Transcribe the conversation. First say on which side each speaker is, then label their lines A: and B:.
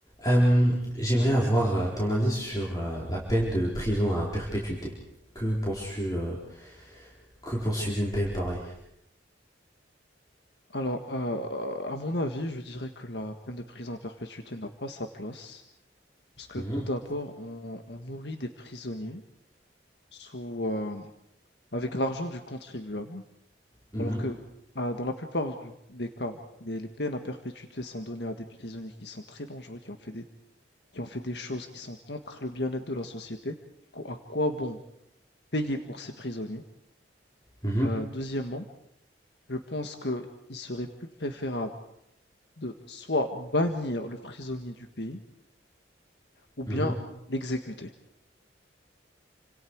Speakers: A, on the left; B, on the left.
A: Euh, j'aimerais avoir euh, ton avis sur euh, la peine de prison à perpétuité. Que penses-tu euh, que penses-tu d'une peine pareille?
B: Alors, euh, à mon avis, je dirais que la peine de prison à perpétuité n'a pas sa place, parce que
A: Mhm,
B: tout d'abord, on, on nourrit des prisonniers sous, euh, avec l'argent du contribuable,
A: mhm,
B: alors que euh, dans la plupart du- des cas, les, les peines à perpétuité sont données à des prisonniers qui sont très dangereux, qui ont fait des, qui ont fait des choses qui sont contre le bien-être de la société. Du coup, à quoi bon payer pour ces prisonniers?
A: mhm,
B: Euh, deuxièmement, je pense qu'il serait plus préférable de soit bannir le prisonnier du pays, ou bien
A: mhm.
B: l'exécuter.